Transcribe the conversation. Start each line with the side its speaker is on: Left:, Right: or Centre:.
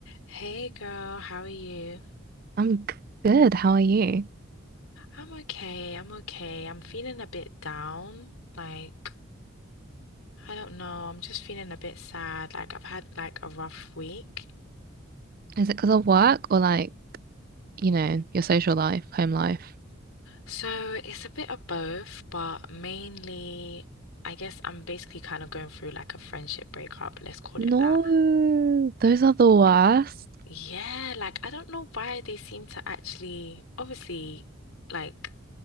Left: Hey girl, how are you?
Right: I'm g- good. How are you?
Left: I'm okay, I'm okay. I'm feeling a bit down. Like, I don't know, I'm just feeling a bit sad. Like, I've had like a rough week.
Right: Is it because of work or like, you know, your social life, home life?
Left: So it's a bit of both, but mainly, I guess I'm basically kind of going through like a friendship breakup, let's call
Right: No,
Left: it that.
Right: those are the worst.
Left: Yeah, like I don't know why they seem to actually, obviously, like